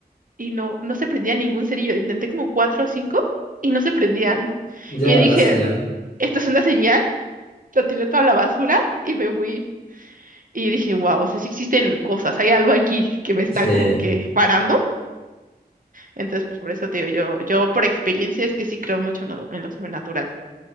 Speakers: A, on the right (about 55°); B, on the left (about 60°).
A: y no, no se prendía ningún cerillo. Intenté como cuatro o cinco y no se prendían.
B: Ya
A: Y yo
B: era
A: dije,
B: la señal.
A: esto es una señal, lo tiré toda la basura y me fui. Y yo dije, wow, o sea, sí existen cosas, hay algo aquí que me está
B: Sí.
A: como que parando. Entonces, pues por eso te digo, yo, yo por experiencia es que sí creo mucho en lo, en lo sobrenatural.